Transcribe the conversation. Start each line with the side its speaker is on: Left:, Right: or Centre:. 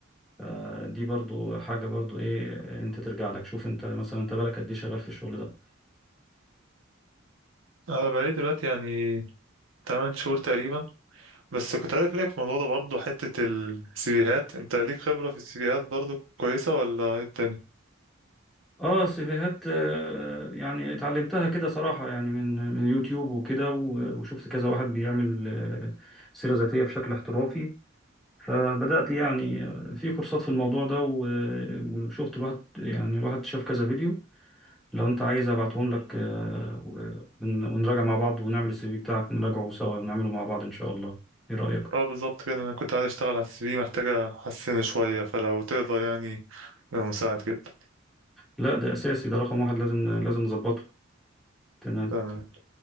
Centre: آه، دي برضو حاجة برضو ايه انت ترجع لك شوف انت مثلا انت بالك قد ايه شغال في الشغل ده
Right: انا بقالي دلوقتي يعني 8 شهور تقريبا بس كنت عايز اسالك في الموضوع ده برضه حتة السيفيهات انت ليك خبرة في السيفيهات برضه كويسة ولا ايه الدنيا؟
Centre: اه سيفيهات آه، يعني اتعلمتها كده صراحة يعني من من يوتيوب وكده و- وشفت كذا واحد بيعمل آه، سيرة ذاتية بشكل احترافي فبدأت يعني آه، في كورسات في الموضوع ده و- وشفت الواحد يعني الواحد شاف كذا فيديو لو انت عايز ابعتهم لك آه، ون- ونراجع مع بعض ونعمل السي في بتاعك نراجعه سوا ونعمله مع بعض ان شاء الله ايه رأيك
Right: اه بالظبط كده انا كنت عايز اشتغل على السي في محتاجة احسنه شوية فلو تقدر يعني يبقى مساعد جدا
Centre: لا ده اساسي ده رقم واحد لازم لازم نظبطه تمام
Right: تمام.